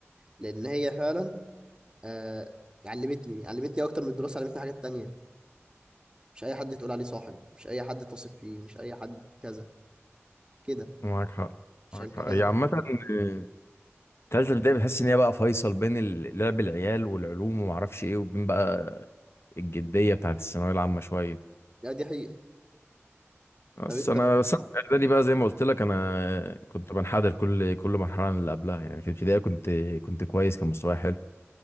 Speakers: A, on the right; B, on the left.
A: لان هي فعلا آه علمتني علمتني اكتر من الدراسة علمتني حاجات تانية مش اي حد تقول عليه صاحب مش اي حد تثق فيه مش اي حد كذا كده
B: معاك حق
A: عشان
B: معاك
A: كده
B: حق هي
A: انا بحب
B: عامه آه، تالتة ابتدائي بتحس ان هي بقى فيصل بين ال- لعب العيال والعلوم ومعرفش ايه وبين بقى الجديه بتاعت الثانويه العامه شويه
A: لا دي حقيقة
B: بس
A: طب انت
B: انا
A: في...
B: بس انا في اعدادي بقى زي ما قلت لك انا كنت بنحدر كل كل مرحله من اللي قبلها يعني في الابتدائي كنت كنت كويس كان مستواي حلو